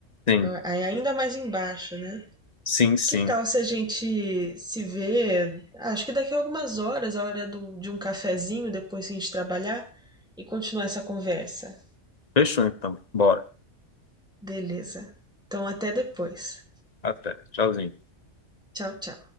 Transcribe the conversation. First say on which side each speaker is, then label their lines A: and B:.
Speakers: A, on the left; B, in the centre.
A: sim,
B: é é ainda mais embaixo, né?
A: sim, sim.
B: Que tal se a gente se vê, acho que daqui a algumas horas, a hora do- de um cafezinho, depois que a gente trabalhar, e continuar essa conversa?
A: Fechou então. Bora.
B: Beleza. Então, até depois.
A: Até. Tchauzinho.
B: Tchau, tchau.